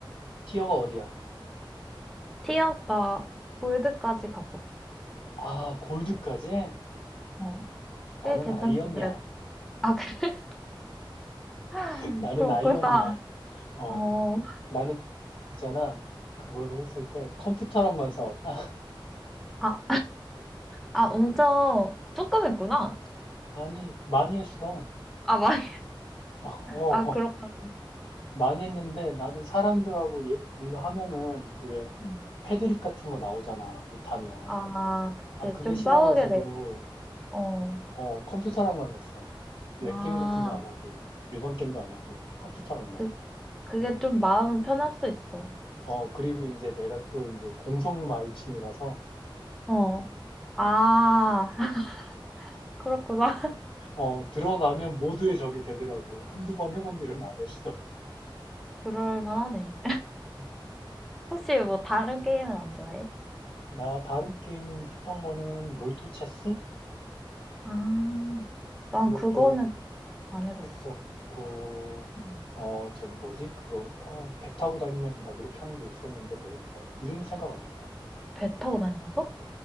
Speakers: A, on the left; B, in the centre.
A: 티어가 어디야?
B: 티어? 나 골드까지 갔었어.
A: 아, 골드까지?
B: 어,
A: 나는
B: 꽤 괜찮지,
A: 아이언이야.
B: 그래도. 아, 그래? <laughs>
A: <laughs> 나는
B: 그렇구나.
A: 아이언이야. 어,
B: 어.
A: 나는 있잖아. 그거를 했을 때 컴퓨터랑만 싸웠다? <laughs>
B: 아, 아, 엄청 조금 했구나.
A: 아니, 많이 했어.
B: 아, 많이.
A: <laughs> 어,
B: 아, 그렇구나.
A: 많이 했는데 나는 사람들하고 얘, 이거 하면은 그 왜
B: 음.
A: 패드립 같은 거 나오잖아 못하면
B: 아, 그치.
A: 아 그게
B: 좀
A: 싫어가지고
B: 싸우게 돼. 어.
A: 어 컴퓨터랑만 했어 랭게임
B: 아,
A: 같은 거 안 하고 일반 게임도 안 하고 컴퓨터랑만
B: 그, 그게 좀 마음 편할 수 있어.
A: 어 그리고 이제 내가 또 이제 공성 마이충이라서
B: 어. 아, <laughs> 그렇구나. <laughs>
A: 어 들어가면 모두의 적이 되더라고 한두 번 해본 뒤로는 안 했어
B: 그럴 만하네.
A: <laughs>
B: 혹시 뭐 다른 게임은 안 좋아해?
A: 나 다른 게임 했던 거는 롤토체스
B: 아, 난
A: 그것도
B: 그거는 안 해봤어.
A: 했었고,
B: 음.
A: 어, 저기 뭐지? 그거, 어, 배 타고 다니면서 막 이렇게 하는 게 있었는데 뭐였더라? 이름이 생각 안 난다.
B: 배 타고 다니면서?